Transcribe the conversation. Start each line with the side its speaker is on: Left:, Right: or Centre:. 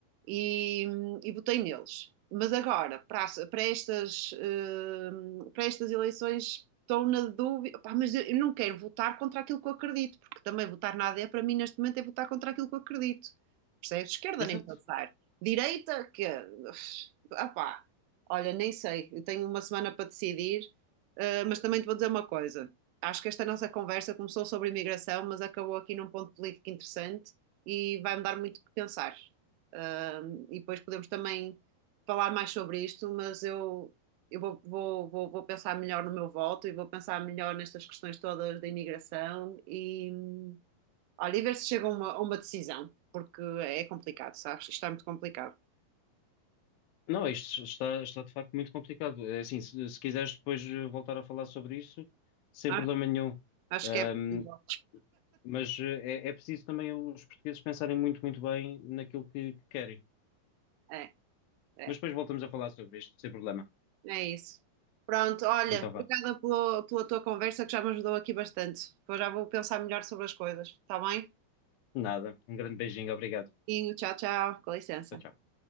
Right: E, e votei neles. Mas agora, para, para estas, uh, para estas eleições, estou na dúvida. Pá, mas eu não quero votar contra aquilo que eu acredito, porque também votar na AD para mim neste momento é votar contra aquilo que eu acredito. Percebes? Esquerda
Left: Exato.
Right: nem pensar. Direita, que. Ah, pá. Olha, nem sei. Eu tenho uma semana para decidir, uh, mas também te vou dizer uma coisa acho que esta nossa conversa começou sobre imigração, mas acabou aqui num ponto político interessante e vai-me dar muito o que pensar. Um, e depois podemos também falar mais sobre isto, mas eu, eu vou, vou, vou, vou pensar melhor no meu voto e vou pensar melhor nestas questões todas da imigração e olha, e ver se chega a uma, a uma decisão, porque é complicado, sabes? Isto é muito complicado.
Left: Não, isto está, está de facto muito complicado. É assim, se, se quiseres depois eh, voltar a falar sobre isso, sem
Right: Acho,
Left: problema nenhum.
Right: acho
Left: Ahm,
Right: que é possível.
Left: mas eh, é, é preciso também os portugueses pensarem muito, muito bem naquilo que, que querem.
Right: É, é.
Left: Mas depois voltamos a falar sobre isto, sem problema.
Right: É isso. Pronto, olha,
Left: Então
Right: obrigada
Left: vá.
Right: pela, pela tua conversa que já me ajudou aqui bastante. Depois já vou pensar melhor sobre as coisas, está bem?
Left: Nada. Um grande beijinho. Obrigado.
Right: E tchau, tchau, com licença.
Left: Tchau, tchau.